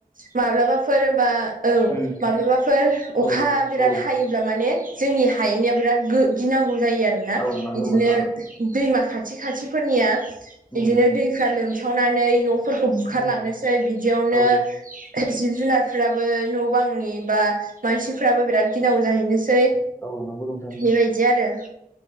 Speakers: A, on the right; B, on the left.
A: माब्लाबाफोर बा औ
B: उम
A: माब्लाबाफोर अखा
B: औ
A: बिराद
B: औ
A: हायो। अब्ला माने जोंनि हायेननिया बिराद गिनांगौ जायो आरो ना।
B: औ नंगौ
A: बिदिनो
B: नोंथां
A: दैमा खाथि खाथिफोरनिया बिदिनो
B: उम
A: दैफ्रा लोमसावनानै न' फोरखौ बुखारलांनोसै
B: उम
A: बिदियावनो
B: औ
A: जिब जुनारफ्राबो न' बांनि बा मानसिफ्राबो बिराद गिनांगौ जाहैनोसै
B: औ नंगौ नोंथां।
A: बेबायदि आरो